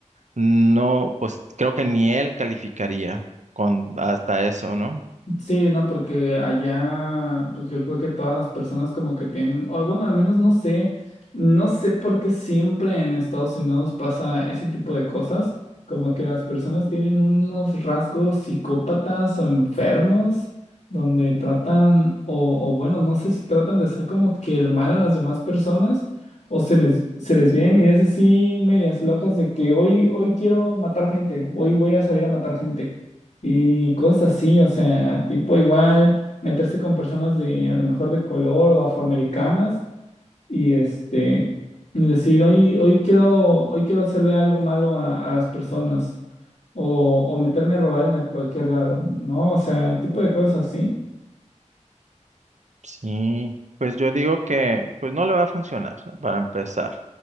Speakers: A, on the right; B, on the left.
A: no, pues creo que ni él calificaría con hasta eso, ¿no?
B: Sí, no, porque allá, pues yo creo que todas las personas como que tienen, o bueno, al menos no sé, no sé por qué siempre en Estados Unidos pasa ese tipo de cosas, como que las personas tienen unos rasgos psicópatas o enfermos, donde tratan, o, o bueno, no sé si tratan de hacer como que el mal a las demás personas, o se les, se les vienen ideas así medias locas de que hoy, hoy quiero matar gente, hoy voy a salir a matar gente y cosas así, o sea, tipo igual meterse con personas de a lo mejor de color o afroamericanas y este y decir, hoy, hoy quiero, hoy quiero hacerle algo malo a, a las personas o, o meterme a robar en el- cualquier lado, ¿no? O sea, tipo de cosas así.
A: Sí, pues yo digo que pues no le va a funcionar para empezar.